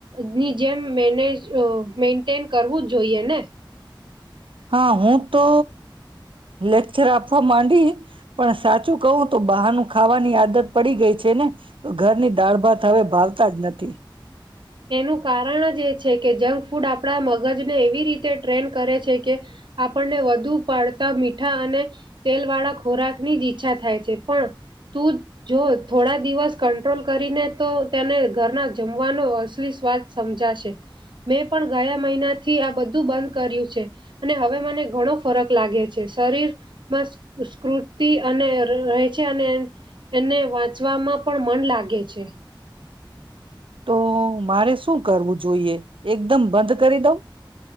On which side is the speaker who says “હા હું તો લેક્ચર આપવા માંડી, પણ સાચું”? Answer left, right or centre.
Right